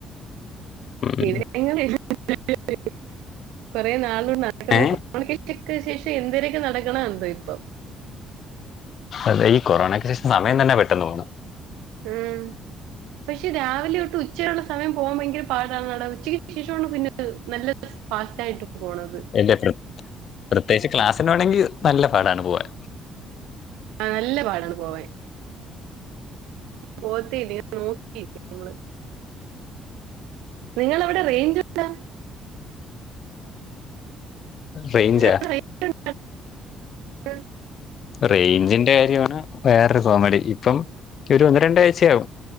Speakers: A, on the left; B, on the right.
A: ഉം
B: <unintelligible> കുറെേ നാള് നടക്കണ
A: ഏ
B: കോമ്യൂണിക്കേഷ ശേഷം എന്തിനൊക്കെ നടക്കണ എന്തോ ഇപ്പം.
A: അതെ ഈ കൊറോണക്ക് ശേഷം സമയം തന്നെ പെട്ടെന്ന് പോണ്.
B: ഉം പക്ഷെ രാവിലെ തൊട് ഉച്ചയുള്ള സമയം പോകാൻ ഭയങ്കര പാടാണ്. നട ഉച്ചയ്ക്ക് ശേഷമാണ് പിന്നെ നല്ല ഫാസ്റ്റ് ആയിട്ട് പോണത്.
A: <unintelligible> പ്രത്യേകിച്ച് ക്ലാസ്സിന് വേമെങ്കിൽ നല്ല പാടാണ് പോവാൻ.
B: ആ നല്ല പാടാണ് പോവൻ പോത്തില്ല ന നിങ്ങവിടെ റേഞ്ച് ഉടോ
A: റേഞ്ചാ
B: ഉടാ ഉം <unintelligible>
A: റേഞ്ചിന്റെ കാര്യമാണ് വേറൊരു കോമഡി ഇപ്പം. ഒരു ഒന്ന് രണ്ടാഴ്ചയാകും